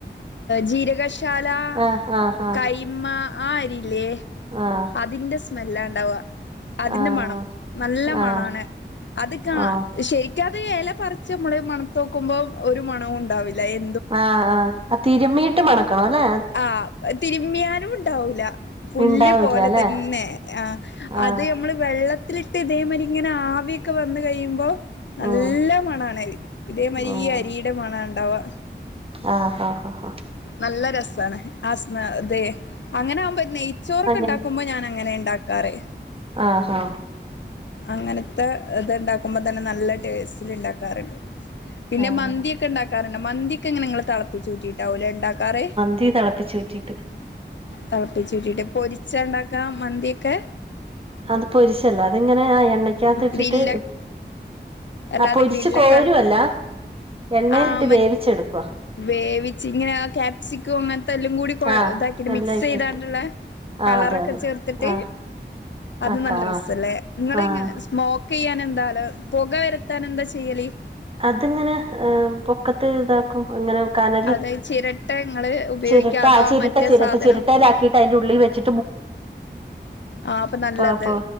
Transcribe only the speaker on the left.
ജീരകശാ ശാല
കൈമ ആ അരില്ലേ
അതിന്റെ സ് സ്മെല്ലാണ്ടാവാ അതിന്റെ
മണം നല്ല
മണാണ് അത്ക
ശെരിക്കത് എല പറിച്ച്മ്മള് മണത്തോക്കുമ്പോ ഒരു മണവും ഉണ്ടാവില്ല എ
ആഹ് തിര്മ്മ്യാലും ഇണ്ടാവൂല പുല്ല്
പോലെ
തന്നെ ആഹ്
അത് നമ്മള് വെള്ളത്തില്ട്ട് ഇതേമാരി ങ്ങനെ ആവിയൊക്കെ വന്ന് കഴിയുമ്പോ നല്ല
മണാണ് ഇതേമാരി
ഈ അരീന്റെ മണാണ്ടവാ.
നല്ല രസാണ് ആ സ്മെ ദേ അങ്ങനെ ആവുമ്പോ നെയ് ചോറൊക്കെ
ണ്ടാക്കുമ്പോ ഞാനങ്ങനെ ണ്ടാക്കാറ്
അങ്ങനത്തെ ഇത് ഇണ്ടാക്കുമ്പോ തന്നെ നല്ല ടേസ്റ്റില് ണ്ടാക്കാറ്ണ്ട്. പിന്നെ
മന്ത്യോക്കെണ്ടാക്കാറ്ണ്ട്. മന്ത്യോക്കെങ്ങനെ ങ്ങള് തെളപ്പിച്ചൂറ്റിട്ടാവുംല്ലേ ണ്ടാക്കാറ്.
തെളപ്പിച്ചൂറ്റിട്ട് പൊരിച്ചാണ്ടാക്കാ മന്ത്യോക്കെ?
ഗ്രില്ല അല്ലാതെ
ഗ്രില്ലൊക്കെ
ആഹ് മ
വേവിച്ച് ങ്ങനെ ആ ക്യാപ്സിക്കോ അങ്ങൻത്തെല്ലും കൂടി കൊയ്
താക്കിട്ട്
മിക്സെയ്താണ്ട്ള്ളെ,
കളറൊക്കെ
ചേർത്ത്ട്ട്.
അത്
നല്ല രസല്ലേ ങ്ങള്ങ്ങനെ
സ്മോ ക്കീയാനെന്താലെ പൊകവര്ത്താനെന്താ ചെയ്യല്?
അത് ചിരട്ട ഇങ്ങള് ഉപയോഗിക്കാ
അതോ
ആ മറ്റേ
സാധനോ
ആഹ് അപ്പം
നല്ലത്